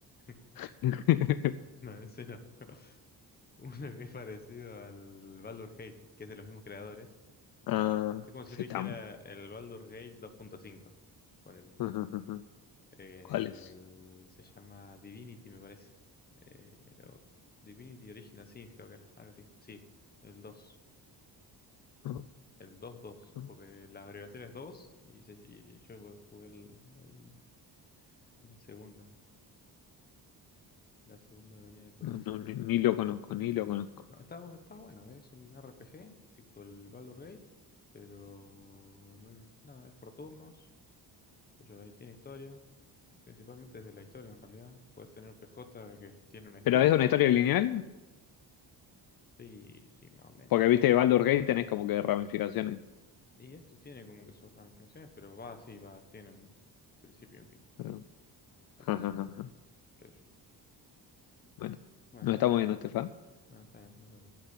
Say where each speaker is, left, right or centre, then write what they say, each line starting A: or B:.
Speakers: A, on the left; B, on the left.
A: <laughs>
B: <laughs>
A: No, ese no. <laughs> Uno que es parecido al Baldur Gate, que es de los mismos creadores.
B: Ah,
A: Es como si
B: Cetam.
A: yo te dijera el Baldur's Gate 2.5. Ponele.
B: <laughs>
A: El,
B: ¿Cuál es?
A: se llama Divinity, me parece. Eh, o- Divinity Original Sin, creo que era. Algo así. Sí, el 2,
B: No,
A: El dos dos,
B: no,
A: Porque la abreviatura es 2 y, se- y yo jugué el- el- la segunda. La segunda venía del jueguito.
B: no, no, ni, ni lo conozco, ni lo conozco.
A: No, está, está bueno. Es un RPG, tipo el Baldur's Gate. Pero no- nada, es por turnos. Pues Yo ahí tiene historia, principalmente desde la historia en realidad. Puedes tener un PJ que tiene una historia,
B: ¿Pero es una historia lineal?
A: sí, sí, más o menos.
B: Porque viste que Baldur's Gate tenés como que ramificaciones.
A: Y esto tiene como que sus ramificaciones, pero va así, va, tiene un principio y un fin.
B: Pero-
A: Así
B: <laughs>
A: que bueno, qué sé yo.
B: Bueno,
A: Bueno,
B: nos estamos viendo, Estefa.
A: bueno, está bien, nos vemos.